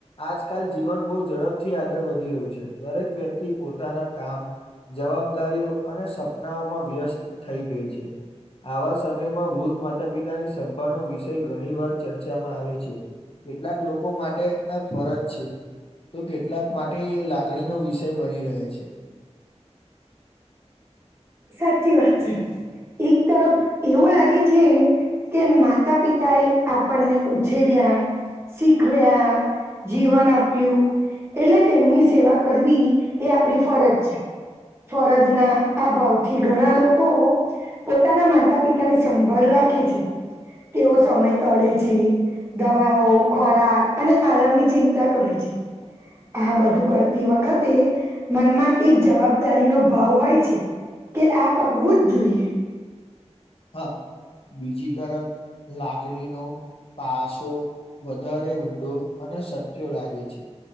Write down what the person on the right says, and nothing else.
સાચી વાત એક તરફ એવું લાગે છે કે માતા પિતા એ આપણને ઉછેર્યા શીખવ્યા. જીવન આપ્યું એટલે તેમની સેવા કરવી એ આપણી ફરજ છે. ફરજ ના આ ભાવ. થી ઘણા લોકો પોતાના માતા પિતા ની સંભાળ રાખે છે. તેઓ સમય કાઢે છે. દવાઓ ખોરાક અને આરામની ચિંતા કરે છે. આ બધું કરતી વખતે મનમાં એક જવાબદારીનો ભાવ હોય છે. કે આ કરવું જ જોઈએ.